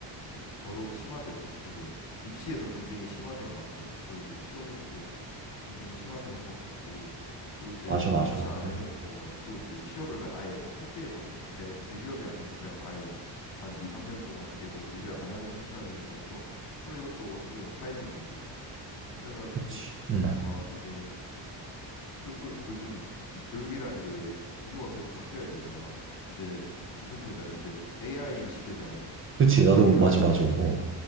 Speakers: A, on the left; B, on the right.
A: 이- 더더욱 심화되고 이제 입시에서 경쟁이 심화된 만큼 또 이제 취업에서도 경쟁이 심화되는 것 같고 또 이제
B: 맞아, 맞아.
A: 그렇지 않으면
B: 음.
A: 또 맞아 또 이제 취업을 그냥 아예 포기해버리는 대, 대기업이 아니면 그냥 아예 한 2, 3년 동안 계속 일을 안 하는 상태가 됨으로써 또 이것도 어떻게 보면 사회적 낭비고 그래가지고
B: 그치. 음.
A: 어 이게 그리고 또 요즘 이 교육이라는 게 기조가 계속 바뀌어야 되잖아 이제 무슨 세대야 이제 AI 시대잖아
B: 그치.
A: 그래서
B: 나도
A: 더 이상
B: 맞아, 맞아.
A: 어
B: 어.